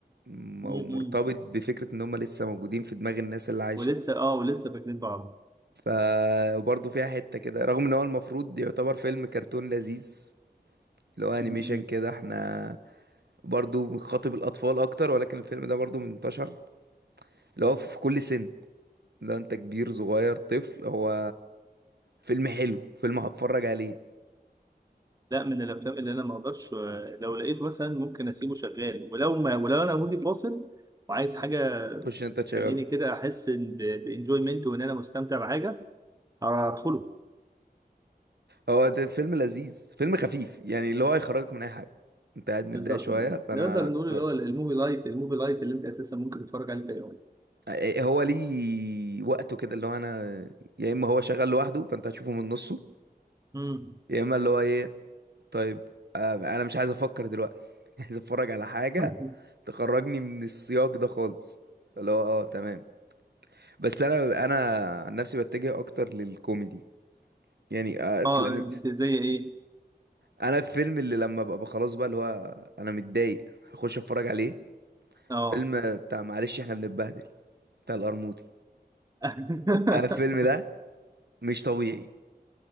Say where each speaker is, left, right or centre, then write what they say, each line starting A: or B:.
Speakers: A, on the right; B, on the right.
A: مو-
B: م-م.
A: مرتبط بفكره ان هم لسه موجودين في دماغ الناس اللي عايشه
B: ولسه اه ولسه فاكرين بعض
A: فبرضه فيها حته كده رغم ان هو المفروض يعتبر فيلم كرتون لذيذ اللي هو انيميشن
B: م-م.
A: كده احنا برضو بيخاطب الأطفال أكتر ولكن الفيلم ده برضو منتشر اللي هو في كل سن لو أنت كبير صغير طفل هو فيلم حلو فيلم هتفرج عليه
B: لا من الافلام اللي انا ما اقدرش آه، لو لقيت مثلا ممكن اسيبه شغال ولو ما ولو انا مودي فاصل وعايز حاجه
A: خش أنت تشغله
B: تخليني كده احس إن ب- بانجويمنت وان انا مستمتع بحاجه هدخله
A: هو ده فيلم لذيذ فيلم خفيف يعني اللي هو هيخرجك من أي حاجة أنت قاعد متضايق
B: بالظبط
A: شوية فأنا
B: نقدر نقول
A: طيب
B: اللي هو الموفي لايت الموفي لايت اللي انت اساسا ممكن تتفرج عليه في اي وقت
A: إيه هو ليه وقته كده اللي هو أنا يا إما هو شغال لوحده فأنت هتشوفه من نصه
B: م.
A: يا إما اللي هو إيه طيب آه، أنا مش عايز أفكر دلوقتي <laughs> عايز أتفرج على حاجة
B: <laughs>
A: تخرجني من السياق ده خالص اللي هو اه تمام بس انا انا عن نفسي بتجه اكتر للكوميدي يعني آه، في
B: اه
A: الأنمي.
B: زي ايه
A: انا الفيلم اللي لما ببقى خلاص بقى اللي هو انا متضايق هخش اتفرج عليه
B: اه
A: فيلم بتاع معلش احنا بنتبهدل بتاع القرموطي
B: <laughs>
A: انا الفيلم ده مش طبيعي